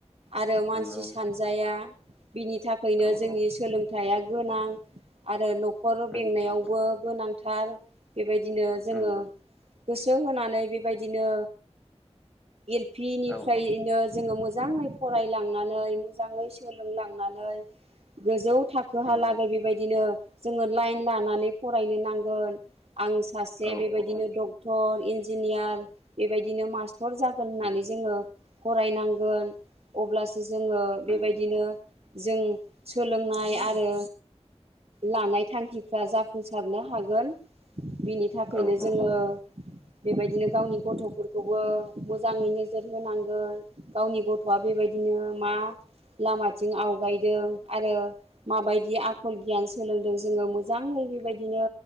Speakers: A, on the right (about 65°); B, in the centre.
A: आरो मानसि
B: नंगौ
A: सानजाया बिनि था खैनो
B: औ
A: जोंनि
B: औ
A: सोलोंथाइया गोनां आरो न' नखर
B: नंगौ
A: बेंनायावबो गोनांथार बेबायदिनो जोङो
B: नंगौ
A: गोसो होनानै बेबायदिनो एल पि निफ्रायनो
B: औ औ
A: जोङो मो मोजाङै फरायलांनानै मोजाङै सोलोंलांनानै गोजौ थाखोहालागै
B: नंगौ
A: बेबायदिनो जोङो लाइन लानानै फरायनो नांगोन। आं सासे
B: औ
A: बेबायदिनो
B: औ औ
A: डक्टर इन्जिनियार बेबायदिनो मास्ट टर जागोन होननानै
B: नंगौ
A: जोङो फरायनांगोन अब्लासो जोङो
B: नंगौ
A: बेबायदिनो
B: नंगौ
A: जों सोलोंनाय आरो लानाय थांखिफ्रा जाफुंसारनो हागोन। बिनि थाखायनो
B: औ औ
A: जोङो
B: औ
A: बेबायदिनो गावनि गथ'फोरखौबो मोजाङै नोजोर होनांगोन गावनि गथ' गथवा बेबायदिनो मा लामाथिं आवगायदों आरो माबायदि आखल गियान सोलोंदों जोङो मोजाङै बे बायदिनो